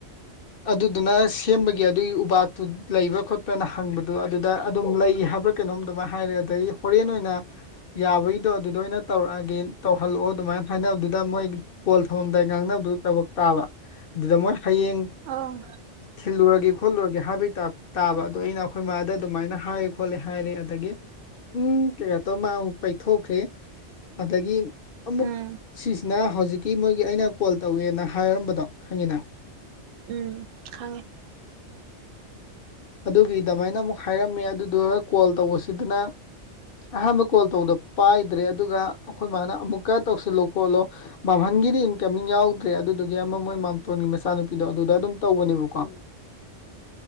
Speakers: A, on the left (about 60°); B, on the right (about 85°).
A: ꯑꯗꯨꯗꯨꯅ ꯁꯦꯝꯕꯒꯤ ꯑꯗꯨꯒꯤ ꯎꯄꯥꯛꯇꯨ ꯂꯩꯕ꯭ꯔꯥ ꯈꯣꯠꯄ꯭ꯔꯅ ꯍꯪꯕꯗꯨꯣ ꯑꯗꯨꯗ ꯑꯗꯨꯝ ꯂꯩ ꯍꯥꯏꯕ꯭ꯔꯥ ꯀꯩꯅꯣꯝ ꯑꯗꯨꯃꯥꯏꯅ ꯍꯥꯏꯔꯛꯑꯦ ꯑꯗꯩ ꯍꯣꯔꯦꯟ ꯑꯣꯏꯅ ꯌꯥꯕꯒꯤꯗꯣ ꯑꯗꯨꯗ ꯑꯣꯏꯅ ꯇꯧꯔꯛꯑꯒꯦ ꯇꯧꯍꯜꯂꯛꯑꯣ ꯑꯗꯨꯃꯥꯏꯅ ꯍꯥꯏꯅꯕ ꯑꯗꯨ ꯗ ꯃꯣꯏ ꯀꯣꯜ ꯊꯝꯃꯝꯗꯥꯏ ꯉꯥꯡꯅꯕꯗꯨ ꯊꯕꯛ ꯇꯥꯕ ꯑꯗꯨꯗ ꯃꯣꯏ ꯍꯌꯦꯡ
B: ꯑꯧ
A: ꯊꯜ ꯂꯔꯒ ꯈꯣꯠꯂꯨꯔꯒꯦ ꯍꯥꯏꯕꯩ ꯇꯥꯕ ꯑꯗꯣ ꯑꯩꯅ ꯑꯩꯈꯣꯏꯃꯥꯗ ꯑꯗꯨꯃꯥꯏꯅ ꯍꯥꯏ ꯈꯣꯠꯂꯦ ꯍꯥꯏꯔꯦ ꯑꯗꯒꯤ ꯎꯝ ꯀꯩꯀꯥ ꯇꯧ ꯃꯥ ꯑꯃꯨꯛ ꯄꯩꯊꯣꯛꯈ꯭ꯔꯦ ꯑꯗꯒꯤ ꯑꯃꯨꯛ
B: ꯎꯝ
A: ꯁꯤꯁꯤꯅ ꯅ ꯍꯧꯖꯤꯛꯀꯤ ꯃꯣꯏꯒꯤ ꯑꯩꯅ ꯀꯣꯜ ꯇꯧꯋꯦꯅ ꯍꯥꯏꯔꯝꯕꯗꯣ ꯈꯪꯉꯤꯅ
B: ꯎꯝ ꯈꯉꯦ
A: ꯑꯗꯨꯒꯤ ꯑꯗꯨꯃꯥꯏꯅ ꯑꯃꯨꯛ ꯍꯥꯏꯔꯝꯃꯦ ꯑꯗꯨꯗꯨ ꯀꯣꯜ ꯇꯧꯕꯁꯤꯗꯅ ꯑꯍꯥꯟꯕ ꯀꯣꯜ ꯇꯧꯗ ꯄꯥꯏꯗ꯭ꯔꯦ ꯑꯗꯨꯒ ꯑꯩꯈꯣꯏ ꯃꯥꯅ ꯑꯃꯨꯛꯀ ꯇꯧꯁꯤꯜꯂꯣ ꯈꯣꯠꯂꯣ ꯅꯒꯤꯗꯤ ꯏꯟꯀꯝꯃꯤꯡ ꯌꯥꯎꯗ꯭ꯔꯦ ꯑꯗꯨꯗꯨꯒꯤ ꯑꯃ ꯃꯣꯏ ꯃꯥꯝꯇꯣꯟꯒꯤ ꯃꯆꯥꯅꯨꯄꯤꯗꯣ ꯑꯗꯨꯗ ꯑꯗꯨꯝ ꯇꯧꯕꯅꯦꯕꯀꯣ